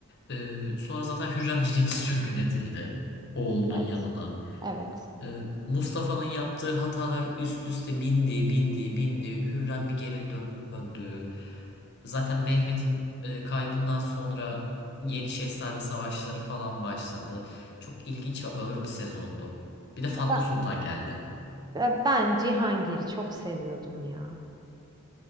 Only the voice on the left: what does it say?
Ee, sonra zaten Hürrem yine bir sürgün edildi oğlunun
yanına.
Ee, Mustafa'nın yaptığı hatalar üst üste bindi, bindi, bindi. Hürrem bir geri döndü. Zaten Mehmet'in e, kaybından sonra Yeni Şehzade savaşları falan başladı. Çok ilginç ve ağır bir sezondu. Bir de Fatma
Sultan geldi.